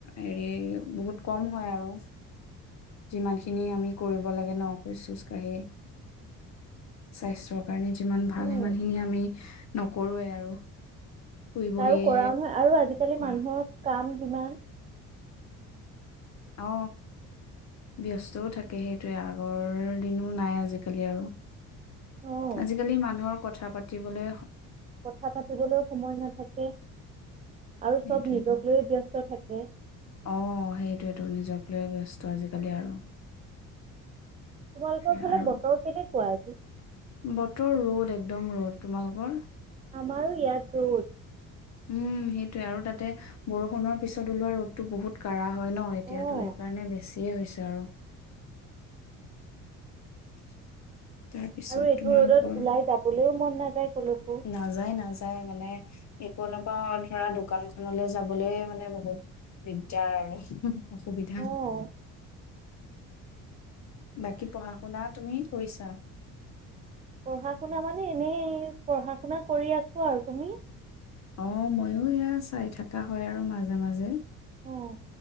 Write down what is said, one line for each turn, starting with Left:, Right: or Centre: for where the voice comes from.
Left: হেৰি বহুত কম হয় আৰু যিমান খিনি আমি কৰিব লাগে ন খোজ খোজ কঢ়ি, স্বাস্থ্য কাৰণে যিমান ভাল
Right: উম,
Left: ইমান আমি নকৰোৱে আৰু শুই বহিয়ে
Right: আৰু কৰাও নহয় আৰু আজিকালি
Left: কৰা
Right: মানুহৰ কাম কিমান
Left: অ ব্যস্তও থাকে সেইটোয়ে আৰু আগৰ দিনো নাই আজিকালি আৰু
Right: অঁ
Left: আজিকালি মানুহৰ কথা পাতিবলে
Right: কথা পাতিবলৈ সময় নাথাকে আৰু
Left: সেইটোৱেতো
Right: চব নিজক লৈয়ে ব্যস্ত থাকে কে
Left: অ সেইটোয়েইটো নিজক লৈয়ে ব্যস্ত আজিকালি আৰু
Right: তোমালোকৰ ফালে
Left: আৰু
Right: বতৰ কেনেকুৱা আজি
Left: বতৰ ৰ'দ, একদম ৰ'দ তোমালোকৰ?
Right: আমাৰ ইয়াত ৰদ
Left: উম সেইটোৱে আৰু তাতে বৰষুণৰ পিছত ওলোৱা ৰ'দটো বহুত কাঢ়া হয় ন, এতিয়াতো
Right: অঁ
Left: সেইকাৰণে বেছিয়ে হৈছে আৰু <inaudible>
Right: আৰু এইটো
Left: তোমালোকৰ
Right: ৰ'দত ওলাই যাবলৈও মন নাযায় ক'লৈকো
Left: নাযায় নাযায় মানে এইকনৰ পৰা ধৰা দোকানখনলৈ যাবলৈ মানে বহুত দিগদাৰ আৰু অসুবিধা।
Right: অঁ
Left: বাকী পঢ়া শুনা তুমি কৰিছা?
Right: পঢ়া শুনা মানে এনেই পঢ়া শুনা কৰি আছো আৰু তুমি
Left: অ ময়ো এয়া চাই থকা হয় আৰু মাজে মাজে
Right: উম